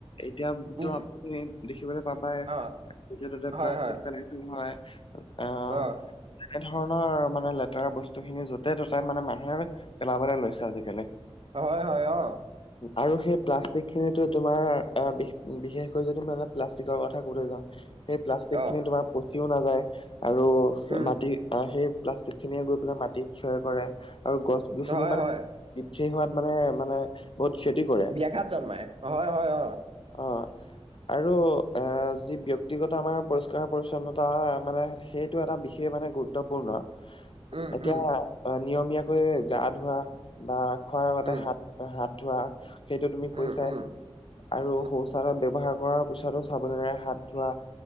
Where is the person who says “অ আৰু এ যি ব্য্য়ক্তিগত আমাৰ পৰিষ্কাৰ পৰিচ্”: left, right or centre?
Left